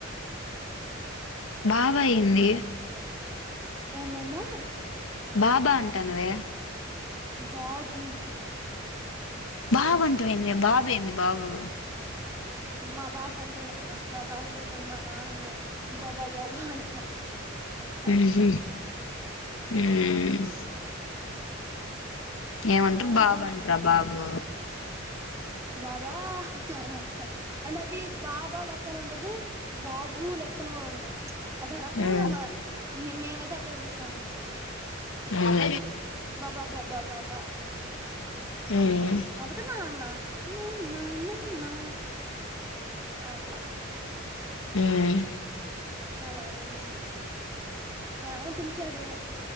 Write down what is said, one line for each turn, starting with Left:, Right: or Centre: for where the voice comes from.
Left: బాబాయ్ ఏంది
Right: ఎందేంద
Left: బాబా అంటానవే
Right: బాబు
Left: బాబు అంటం ఏంది బాబు ఏంది బాబు
Right: మా భాష అంతేలేమ్మా మా భాషలో మేము మా నాన్నని బాబా బాబా అంటాం అట్ట
Left: ఉహు ఉమ్ ఏమంటారు
Right: అంటే ఏమకంది
Left: బాబు అంటారు బాబు
Right: బాబా అ అంటే అది బాబా లెక్కన ఉండదు బాబు లెక్కన కూడా ఉండదు అదొ రకంగా
Left: మ్మ్
Right: మా మేమైతే అటే పిలుస్తాం లే
Left: మ్మ్
Right: బాబా బాబా బాబా అన్నట్టు
Left: మ్మ్
Right: లే పతే నాన్న నాన్న నా నా ఆట్లా
Left: ఉమ్
Right: అలా పిలుస్తాం ఏమో పిలిచాడు